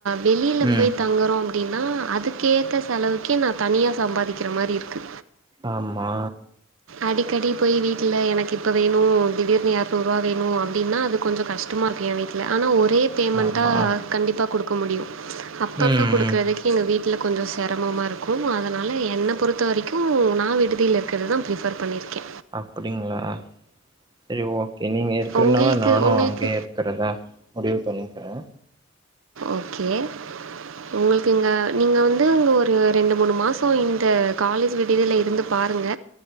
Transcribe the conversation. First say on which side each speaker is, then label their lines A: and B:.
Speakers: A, on the right (about 75°); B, on the right (about 20°).
A: வெளியில
B: ம்
A: போய் தங்கோறோ அப்டின்னா அதுக்கேத்த செலவுக்கே நா தனியாக சம்பாதிக்கிற மாரி இருக்கு
B: ஆமா
A: அடிக்கடி போய் வீட்டுல எனக்கு இப்போ வேணு திடீர்னு இறநூறுவா வேணு அப்டின்னா அது கொஞ்சோ கஷ்டோ ட்டுமா இக்கு ஏ வீட்டுல ஆனா ஒரே பேமெண்ட்டாக
B: ஆமா
A: கண்டிப்பாக குடுக்க முடியு அப்பப்போ
B: ம்
A: குடுக்குறதுக்கு
B: ம்
A: எங்க வீட் ட்டில கொஞ்சோ சிரமமா இருக்கு அதுனால என்ன பொறுத்த வரைக்கு நா விடுதியில இருக்கிறது தா ரிபர் பண்ணிருக்கே
B: அப்டிங்களா சரி ஓகே நீங்க இருக்கறனால
A: உங்களுக்கு
B: நானு
A: உங்களுக்கு
B: அங்கயே இருக் கறதா முடிவு பண்ணிக்கிறே
A: ஓகே உங்களுக்கு இங்க நீங்க வந்து இங்க ஒரு ரெண்டு மூணு மாசோ இந்த காலேஜ் விடுதில இருந்து பாருங்க